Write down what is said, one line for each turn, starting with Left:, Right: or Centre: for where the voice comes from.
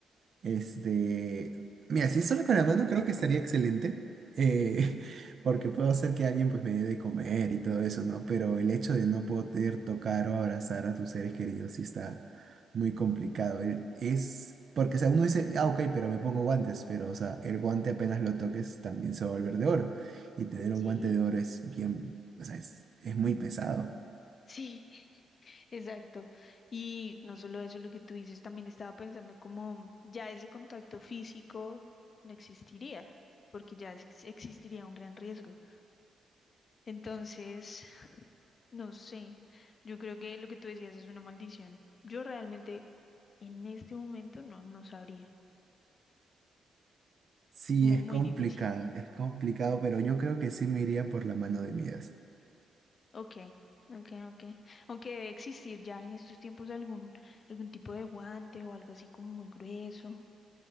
Right: Este, mira, si es solo con la mano, creo que estaría excelente, eh,
Left: Ujú.
Right: <laughs> porque puedo hacer que alguien pues me dé de comer y todo eso, ¿no? Pero el hecho de no poder tocar o abrazar a tus seres queridos sí está muy complicado. El- es, porque o sea, uno dice, ah, ok, pero me pongo guantes, pero o sea, el guante apenas lo toques también se va a volver de oro. Y tener un
Left: Sí,
Right: guante de oro es bien, o sea, es, es muy pesado.
Left: sí, <laughs> exacto. Y no solo eso, lo que tú dices, también estaba pensando como ya ese contacto físico no existiría, porque ya ex- existiría un gran riesgo. Entonces... No sé, yo creo que lo que tú decías es una maldición. Yo realmente en este momento no, no sabría.
Right: Sí,
Left: Mu-
Right: es
Left: muy
Right: complicado,
Left: difícil.
Right: es complicado, pero yo creo que sí me iría por la mano de Midas.
Left: Ok, ok, ok. Aunque debe existir ya en estos tiempos algún, algún tipo de guante o algo así como muy grueso.